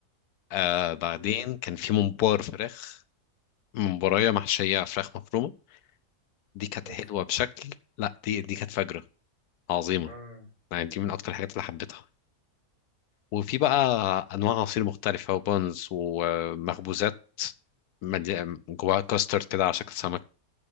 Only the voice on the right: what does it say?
حلو ده
اوف
اه